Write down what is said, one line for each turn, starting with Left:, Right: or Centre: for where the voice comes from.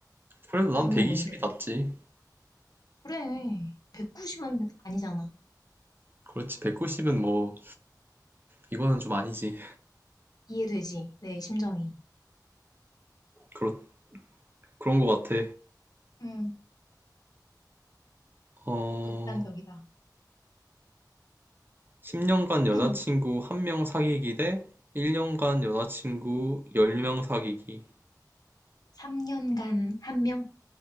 Right: 그래도 난
Left: 너는
Right: 120이
Left: 뭔데?
Right: 낫지.
Left: 그래. 190은 아니잖아.
Right: 그렇지, 190은 뭐, 이거는 좀 아니지.
Left: 이해되지? 내 심정이.
Right: 그렇, 그런 거 같아.
Left: 응,
Right: 어,
Left: 극단적이다.
Right: 10년간 여자친구
Left: <clears throat>
Right: 한 명 사귀기 대 1년간 여자친구 열 명 사귀기.
Left: 3년간 한 명?